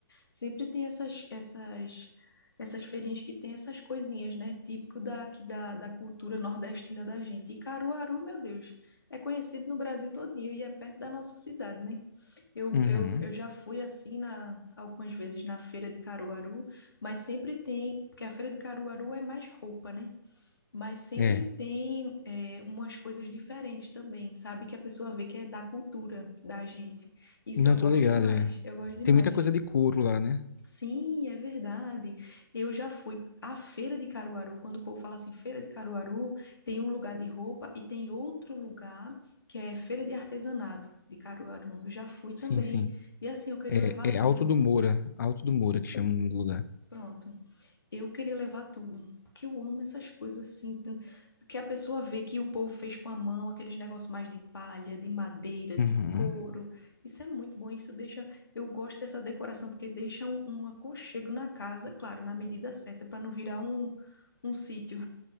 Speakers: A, on the left; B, on the left.
A: Sempre tem essas, essas, essas feirinhas que tem essas coisinhas, né? Típico daqui da, da cultura nordestina da gente. E Caruaru, meu Deus, é conhecido no Brasil todinho e é perto da nossa cidade, né? Eu,
B: Uhum.
A: eu, eu já fui assim na, algumas vezes na feira de Caruaru, mas sempre tem, porque a feira de Caruaru é mais roupa, né? mas sempre
B: É.
A: tem é, umas coisas diferentes também, sabe? Que a pessoa vê que é da cultura da gente. Isso
B: Não,
A: eu
B: tô
A: gosto
B: ligado,
A: demais,
B: é.
A: eu gosto demais.
B: Tem muita coisa de couro lá, né?
A: Sim, é verdade. Eu já fui à feira de Caruaru. Quando o povo fala assim, feira de Caruaru, tem um lugar de roupa e tem outro lugar que é feira de artesanato de Caruaru. Eu já fui também.
B: Sim, sim.
A: E assim, eu queria
B: É,
A: levar tudo.
B: é Alto do Moura. Alto do Moura que chama o nome do lugar.
A: Pronto. eu queria levar tudo. Porque eu amo essas coisas assim, t- que a pessoa vê que o povo fez com a mão, aqueles negócios mais de palha, de madeira, de
B: Uhum.
A: couro. Isso é muito bom. Isso deixa. Eu gosto dessa decoração, porque deixa um, um aconchego na casa, claro, na medida certa, para não virar um, um sítio.